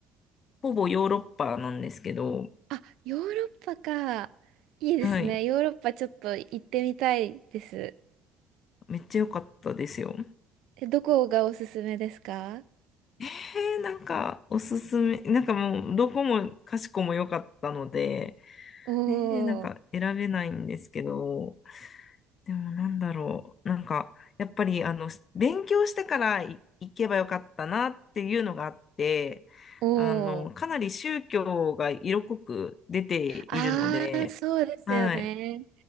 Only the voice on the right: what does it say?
あ、ヨーロッパか。いいですね。
ヨーロッパちょっと行ってみたいです。
え、どこがおすすめですか
おー、
おー。
あー、そうですよね。